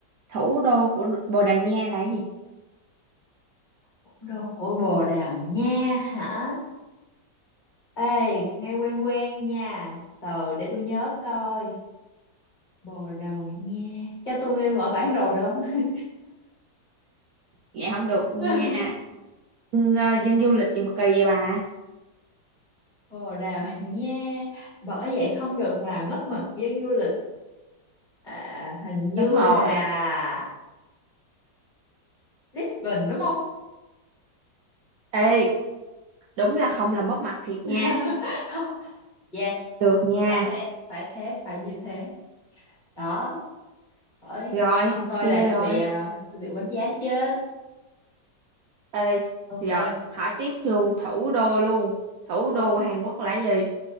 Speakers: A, on the right (about 70°); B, on the left (about 30°).
A: Thủ đô của Bồ Đào Nha là gì?
B: thủ đô của Bồ Đào Nha hả? Ê, nghe quen quen nha. Từ để tôi nhớ coi. Bồ Đào Nha. Cho tôi mở bản đồ được không?
A: Dạ không được nha.
B: <laughs>
A: Dân, ờ, dân du lịch gì mà kỳ vậy bà?
B: Bồ Đào Nha. Bởi vậy không được làm mất mật với du lịch. À, hình như
A: Đúng rồi.
B: là Lisbon đúng không?
A: Ê, đúng là không làm mất mặt thiệt
B: <laughs>
A: nha.
B: Yes,
A: Được nha.
B: phải thế, phải thế, phải như thế. Đó, bởi
A: Rồi,
B: không thôi
A: kia
B: là tôi
A: rồi.
B: bị à, tôi bị đánh giá chết.
A: Ê,
B: Ok.
A: rồi, hỏi tiếp luôn thủ đô luôn. Thủ đô
B: Ô,
A: của Hàn Quốc là gì?